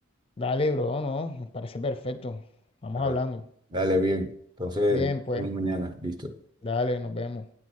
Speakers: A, on the left (about 25°); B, on the right (about 20°).
A: Dale, bro, no, me parece perfecto. Vamos
B: Dale,
A: hablando.
B: dale, bien. Entonces,
A: Bien,
B: nos
A: pues,
B: vemos mañana. Listo.
A: dale, nos vemos.